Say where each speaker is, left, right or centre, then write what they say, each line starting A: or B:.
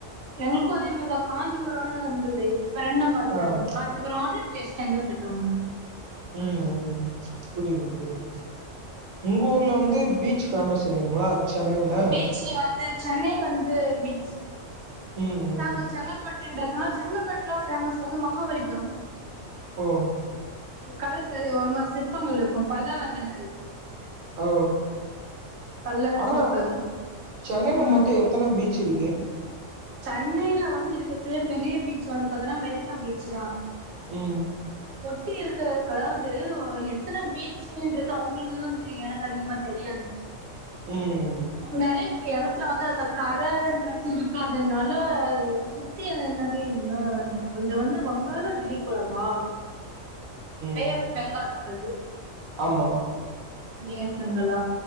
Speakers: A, on the right (about 60°); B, on the right (about 90°).
A: எங்களுக்கும் அதே மாரி தா காஞ்சிபுரம்னு இருந்துதே <unintelligible> ண்ண மாத்திட்டாங்க
B: ஆ ம்
A: காஞ்சிபுரம்னனு எஸ் செங்கல்பட்டு ஒன்னு
B: ம் புரியுது புரியுது உங்க ஊர்ல வந்து பீச் பேமஸ் இல்லைங்களா சென்னையில
A: பீச் வந்து சென்னை வந்து பீச்
B: ம்
A: நாங்க
B: ம்
A: செங்கல்பட்டுன்றத செங்கபட்டு <unintelligible> ஃபேமஸ் வந்து மகாபலிபுரம்
B: ம்
A: கடற்கரை ஓரமா சிற்பங்கள் இருக்கும் பல்லவர்கள்
B: ஓ
A: பல்லவ
B: ஆனா
A: சிற்பங்கள்
B: சென்னைல
A: ம்
B: மொத்த எத்தன பீச் <unintelligible>
A: சென்னையில வந்து இருக்கிறதுலயே பெரிய பீச் வந்து ப தீங்கனா மெரினா பீச் தான்
B: ம்
A: சுத்தி இருக்கற அதாவது எத்தன பீச்சுன்றது அவுங்களுக்குதான் தெரியும் எனக்கு அதிகமா தெரியாது
B: உம்
A: நெறைய எடத்துல வந்து அந்த கரன்ற திரு அதனால சுத்தி என்னது என்ன நம்மள்து வந்து வங்காள விரிக்குடாவா பே
B: ம்
A: ஆஃப் பெங்கால் நம் மள்து
B: ஆமா
A: பே ஆஃப் பெங்காலா